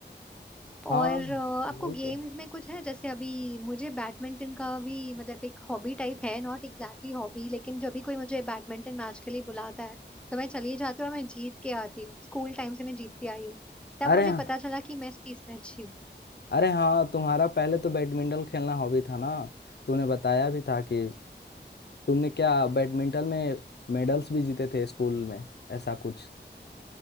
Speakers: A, on the left; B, in the centre.
A: हाँ
B: और अ, आपको
A: वही
B: गेम्स
A: तो
B: में कुछ है जैसे अभी मुझे बैडमिंटन का भी मतलब एक हॉबी टाइप है नॉट एग्जैक्टली हॉबी लेकिन जब भी कोई मुझे बैडमिंटन मैच के लिए बुलाता है तो मैं चली जाती हूँ और मैं जीत के आती हूँ स्कूल टाइम से मैं जीतती आई हूँ तब
A: अरे
B: मुझे
A: हाँ,
B: पता चला कि मैं इस चीज में अच्छी हूँ
A: अरे हाँ तुम्हारा पहले तो बैडमिंटन खेलना हॉबी था ना तुमने बताया भी था कि तुमने क्या बैडमिंटन में मेडल्स भी जीते थे स्कूल में ऐसा कुछ